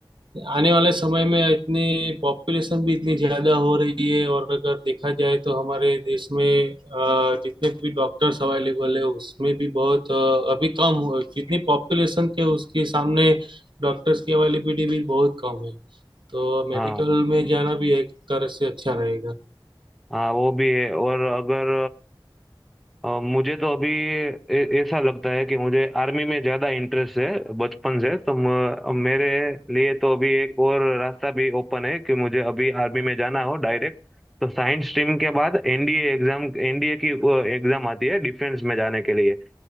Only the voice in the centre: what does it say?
हाँ
हाँ वो भी है और अगर अ, मुझे तो अभी ए- ऐसा लगता है कि मुझे आर्मी में ज़्यादा इंटरेस्ट है बचपन से तो म- मेरे लिए तो अभी एक और रास्ता भी ओपन है कि मुझे अभी आर्मी में जाना हो डायरेक्ट तो साइंस स्ट्रीम के बाद एनडीए एग्जाम एनडीए की एग्जाम आती है डिफेंस में जाने के लिए